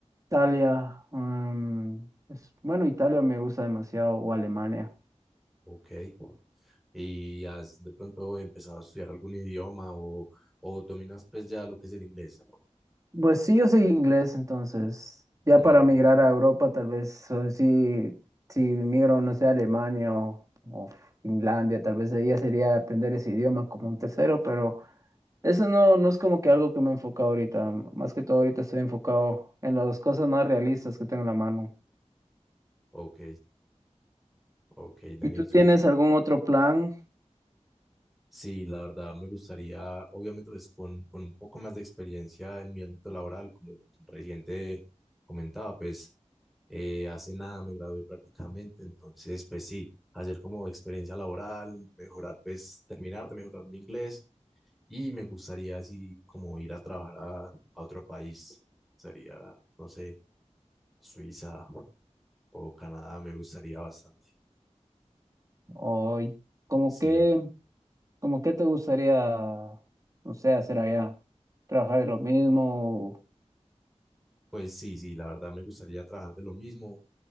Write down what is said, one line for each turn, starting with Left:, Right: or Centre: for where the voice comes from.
Right: Italia, mm, es- bueno, Italia me gusta demasiado, o Alemania.
Centre: ok. ¿Y has de pronto empezado a estudiar algún idioma o, o dominas, pues, ya lo que es el inglés?
Right: Pues sí, yo soy inglés, entonces ya
Centre: Ujú,
Right: para migrar a Europa tal vez, o si, si migro, no sé, a Alemania o, o Finlandia, tal vez ahí ya sería aprender ese idioma como un tercero, pero... Eso no, no es como que algo que me enfoca ahorita. Más que todo ahorita estoy enfocado en las cosas más realistas que tengo en la mano.
Centre: Ok. Ok, Danielson.
Right: ¿Y tú tienes algún otro plan?
Centre: Sí, la verdad me gustaría, obviamente, pues con, con un poco más de experiencia en mi ámbito laboral, como reciente comentaba, pues eh, hace nada me gradué prácticamente, entonces, pues sí, hacer como experiencia laboral, mejorar, pues terminar de mejorar mi inglés y me gustaría así como ir a trabajar a, a otro país, sería, no sé, Suiza o Canadá, me gustaría bastante.
Right: O y como
Centre: Sí,
Right: qué, como qué te gustaría, no sé, hacer allá? ¿Trabajar en lo mismo? ¿O
Centre: pues sí, sí, la verdad me gustaría trabajar de lo mismo